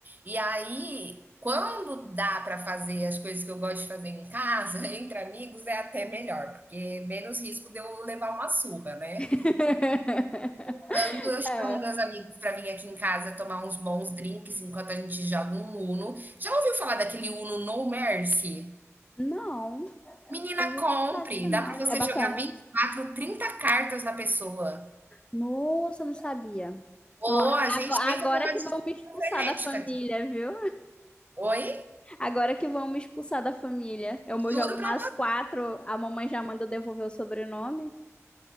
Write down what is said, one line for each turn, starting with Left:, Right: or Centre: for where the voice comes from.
Right: E aí, quando dá para fazer as coisas que eu gosto de fazer em casa, <laughs> entre amigos, é até melhor, porque menos risco de eu levar uma surra, né?
Left: <laughs>
Right: Quando eu chamo
Left: É.
Right: meus amigos para vir aqui em casa tomar uns bons drinks enquanto a gente joga um Uno. Já ouviu falar daquele Uno No Mercy?
Left: Não,
Right: Menina,
Left: só vi
Right: compre.
Left: o tradicional.
Right: Dá para você
Left: É bacana.
Right: jogar vinte, e quatro, trinta cartas na pessoa.
Left: Nossa, eu não sabia.
Right: Ou
Left: Ó,
Right: a
Left: ago-
Right: gente
Left: agora
Right: entra numa
Left: que
Right: disputa
Left: vão me expulsar
Right: frenética
Left: da família,
Right: aqui.
Left: viu?
Right: Oi?
Left: Agora que vão me expulsar da família. Eu
Right: Juro
Left: jogo
Right: pra
Left: mais quatro, a mamãe já manda eu devolver o sobrenome.